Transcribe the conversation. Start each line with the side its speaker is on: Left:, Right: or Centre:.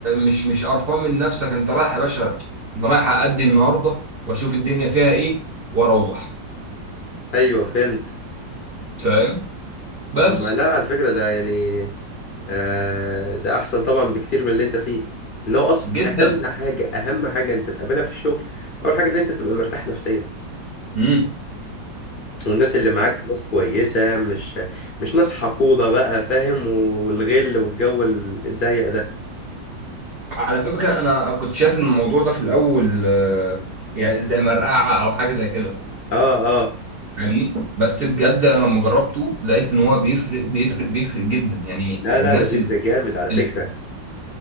Right: مش مش قرفان من نفسك انت رايح يا باشا انا رايح ادي النهارده واشوف الدنيا فيها ايه واروح
Left: ايوه فهمت
Right: فاهم بس
Left: طب ما لا على فكرة ده يعني آه ده احسن طبعا بكتير من اللي انت فيه ان هو اصلا
Right: جدا
Left: اهم حاجة اهم حاجة انت تقابلها في الشغل اول حاجة ان انت تبقى مرتاح نفسيا
Right: امم
Left: والناس اللي معاك ناس كويسة مش مش ناس حقودة بقى فاهم والغل والجو الضيق ده
Right: على فكرة أنا كنت شايف إن الموضوع ده في الأول آه، يعني زي مرقعة أو حاجة زي كده
Left: اه اه
Right: يعني بس بجد أنا لما جربته لقيت إن هو بيفرق بيفرق بيفرق جدا يعني
Left: لا
Right: الناس
Left: لا ده بيفرق
Right: ال...
Left: جامد على فكرة
Right: ال...